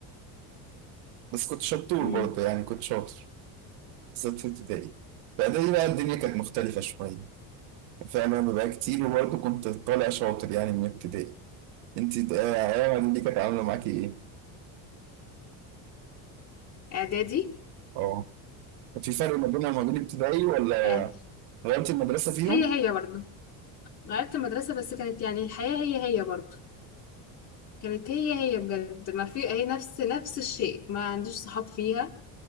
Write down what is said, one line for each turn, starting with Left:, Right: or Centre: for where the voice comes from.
Right: بس كنت شطور
Left: مم.
Right: برضه يعني كنت شاطر بالذات في ابتدائي في اعدادي بقى الدنيا كانت مختلفه شويه فعلا بقى كتير وبرضه كنت طالع شاطر يعني من ابتدائي انت آه، ايام اعدادي دي كانت عامله معاكي ايه؟
Left: اعدادي
Right: اه كان في فرق ما بينها وما بين ابتدائي ولا
Left: اعد
Right: غيرت المدرسه فيهم؟
Left: هي هي برضه غيرت المدرسة بس كانت يعني الحياة هي هي برضه كانت هي هي بجد ما في هي نفس نفس الشيء ما عنديش صحاب فيها